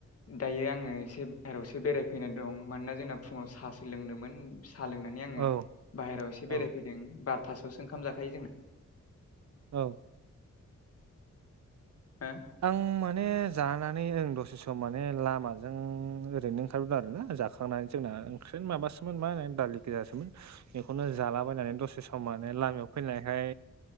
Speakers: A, on the left; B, on the right.
A: दायो आङो एसे बाहेरावसो बेरायफैनानै दं। मानोना जोंना फुङाव सासो लोंदोंमोन। साह लोंनानै आङो
B: औ
A: बाहहेरायाव एसे
B: औ
A: बेरायफैदों बार'थासोआवसो ओंखाम जाखायो जोंना।
B: औ।
A: हो?
B: आं माने जानानै आं दसे सम माने लामाजों ओरैनो ओंखारबोदों आरोना जाना। खांनानै जोंना ओंख्रिनो माबासोमोन मा होनो दालि गोैजासोमोन। बेखौनो जालाबायनानै दसे सम माने लामायाव फैनायखाय